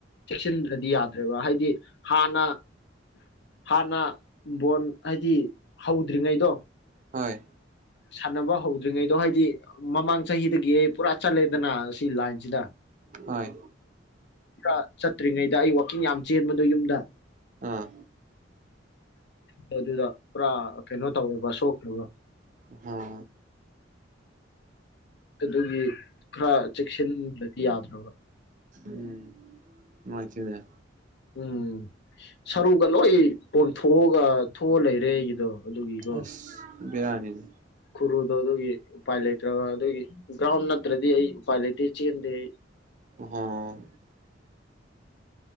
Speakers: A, on the left; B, on the right.
A: ꯆꯦꯛꯁꯤꯟꯗ꯭ꯔꯗꯤ ꯌꯥꯗ꯭ꯔꯦꯕ ꯍꯥꯏꯗꯤ ꯍꯥꯟꯅ ꯍꯥꯟꯅ ꯕꯣꯟ ꯍꯥꯏꯗꯤ ꯍꯧꯗ꯭ꯔꯤꯉꯩꯗꯣ
B: ꯍꯣꯏ
A: ꯁꯥꯟꯅꯕ ꯍꯧꯗ꯭ꯔꯤꯉꯩꯗꯣ ꯍꯥꯏꯗꯤ ꯃꯃꯥꯡ ꯆꯍꯤꯗꯒꯤ ꯑꯩ ꯄꯨꯔꯥ ꯆꯠꯂꯦꯗꯅ ꯁꯤ ꯂꯥꯏꯟꯁꯤꯗ
B: ꯍꯣꯏ
A: ꯈꯔ ꯆꯠꯇ꯭ꯔꯤꯉꯩꯗ ꯑꯩ ꯋꯥꯋꯥꯛꯀꯤꯡ ꯌꯥꯝ ꯆꯦꯟꯕꯗꯣ ꯌꯨꯝꯗ
B: ꯑꯥ
A: ꯃꯗꯨꯗ ꯄꯨꯔꯥ ꯀꯩꯅꯣ ꯇꯧꯔꯕ ꯁꯣꯛꯈ꯭ꯔꯕ
B: ꯑꯣꯍꯣ
A: ꯑꯗꯨꯒꯤ ꯈꯔ ꯆꯦꯛꯁꯤꯟꯕꯗꯤ ꯌꯥꯗ꯭ꯔꯕ
B: ꯎꯝ ꯃꯥꯥꯏꯇꯅ
A: ꯎꯝ ꯁꯔꯨꯒ ꯂꯣꯏ ꯄꯣꯟꯊꯣꯛꯑꯒ ꯊꯣꯛꯑ ꯂꯩꯔꯦ ꯑꯩꯒꯤꯗꯣ ꯑꯗꯨꯒꯤꯒ
B: ꯑꯁ ꯕꯤꯔꯥꯅꯤꯅꯦ
A: ꯈꯨꯔꯨꯠ ꯑꯗꯣ ꯑꯗꯨꯒꯤ ꯎꯄꯥꯏ ꯂꯩꯇ꯭ꯔꯒ ꯑꯗꯨꯒꯤ ꯒ꯭ꯔꯥꯎꯟ ꯅꯠꯇ꯭ꯔꯗꯤ ꯑꯩ ꯎꯄꯥꯏ ꯂꯩꯇꯦ ꯆꯦꯟꯗꯦ ꯑꯩ
B: ꯑ